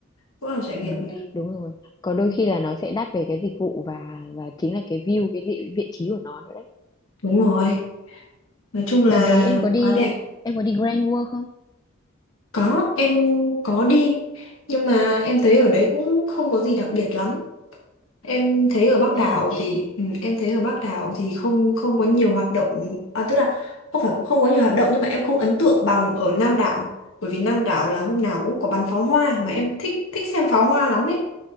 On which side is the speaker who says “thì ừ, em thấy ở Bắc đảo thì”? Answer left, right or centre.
Left